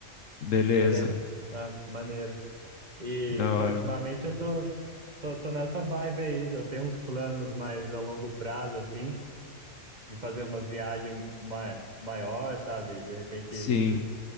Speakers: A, on the left; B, on the right.
A: Beleza.
B: Ou de rep- Ah, maneiro. E,
A: Da hora,
B: pô, ultimamente
A: mano.
B: eu tô, tô, tô nessa vibe aí. Eu tenho uns planos mais a longo prazo, assim, de fazer umas viagens ma maior, sabe? De repente
A: Sim,